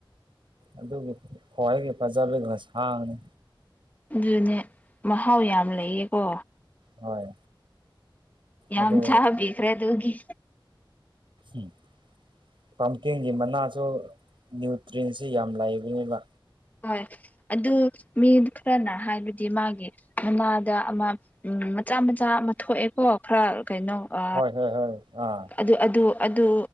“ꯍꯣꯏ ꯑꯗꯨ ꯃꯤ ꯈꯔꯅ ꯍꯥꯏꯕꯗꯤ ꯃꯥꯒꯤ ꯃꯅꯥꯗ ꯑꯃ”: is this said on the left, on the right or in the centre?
Left